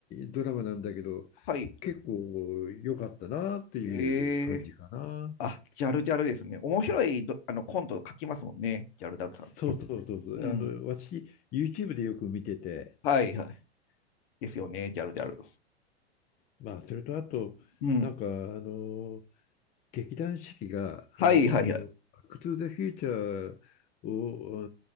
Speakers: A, on the left; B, on the left.
A: ドラマなんだけど、
B: あ。はい。
A: 結構良かったなっていう感じかな。
B: ええあ、ジャルジャルですね。面白いどあのコント書きますもんね。ジャルジャルさんって。
A: そうそうそうそう。
B: うん。
A: あの、私、YouTube でよく見てて、
B: はいはい。ですよね、ジャルジャル。
A: まあ、それとあと、
B: うん。
A: なんか、あの、劇団四季が、
B: はいはいはい。
A: あの、バックトゥーザフューチャーを、あ